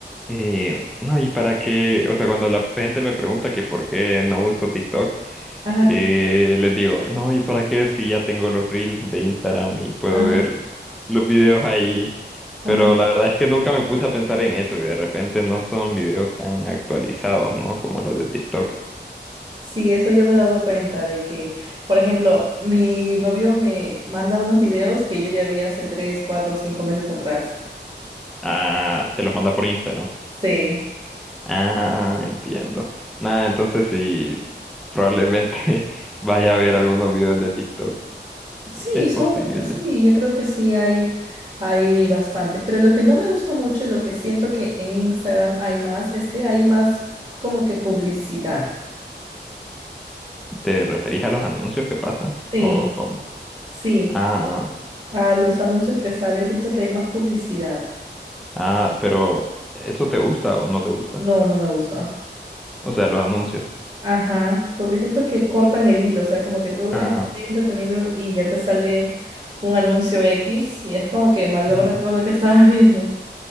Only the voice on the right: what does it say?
Ajá,
ajá,
ajá.
Sí, eso yo me he dado cuenta de que, por ejemplo, mi novio me manda unos videos que yo ya vi hace tres, cuatro, cinco meses atrás.
Sí.
Sí,
son,
sí, yo creo que sí hay, hay bastantes, pero lo que no me gusta mucho y lo que siento que en Instagram hay más es que hay más como que publicidad.
Sí,
sí,
a los anuncios que sale siento que hay más publicidad.
No, no me gusta.
Ajá, porque siento que cortan el hilo, o sea, como que tú
estás bien entretenido y ya te sale un anuncio X y es como que malogra
todo lo que <laughs> estabas viendo.